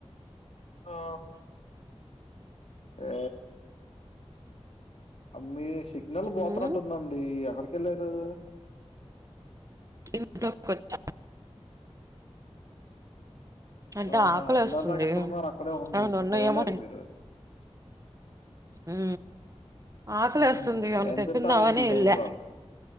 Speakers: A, on the left; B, on the right.
A: ఆ ఏ మీ సిగ్నల్ పోతున్నట్టుందండి
B: ఉమ్
A: ఎక్కడికెల్లార్ ఆ
B: ఇంట్లో కొచ్చ అంటే
A: ఆహా
B: ఆకలి
A: ఇందర్
B: వేస్తుంది
A: దాకా ఎక్కడ ఉన్నారు అక్కడే ఉండి
B: ఏమన్నా
A: ఇప్పుడు
B: ఉన్నాయేమో
A: కదిలారు మీరు
B: ఊ ఆకలేస్తుంది
A: ఉమ్
B: ఏవన
A: ఏం
B: పె
A: తింటారేంటి
B: తిందదామని
A: ఈ
B: ఎల్లా
A: టైమ్ లో